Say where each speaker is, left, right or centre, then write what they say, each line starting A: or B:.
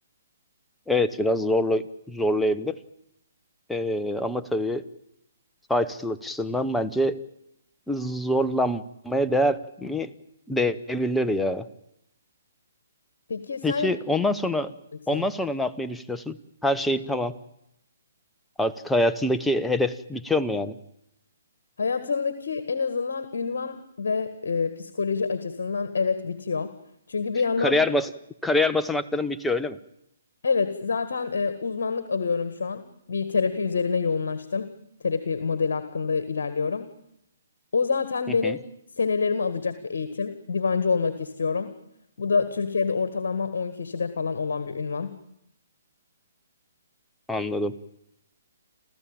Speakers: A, in the centre; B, on the left.
A: Evet biraz zorla, zorlayabilir. E, ama tabii title açısından bence zorlanmaya değer mi? Değebilir ya.
B: Peki sen
A: Peki ondan sonra
B: yapacaksın
A: ondan sonra ne yapmayı düşünüyorsun? Her şey tamam. Artık hayatındaki hedef bitiyor mu yani?
B: Hayatındaki en azından ünvan ve e, psikoloji açısından evet bitiyor. Çünkü bir yandan
A: Kariyer bas kariyer basamakların bitiyor öyle mi?
B: Evet, zaten e, uzmanlık alıyorum şu an. Bir terapi üzerine yoğunlaştım. Terapi modeli hakkında ilerliyorum. O zaten
A: Hı
B: benim
A: hı,
B: senelerimi alacak bir eğitim. Divancı olmak istiyorum. Bu da Türkiye'de ortalama 10 kişide falan olan bir ünvan.
A: anladım.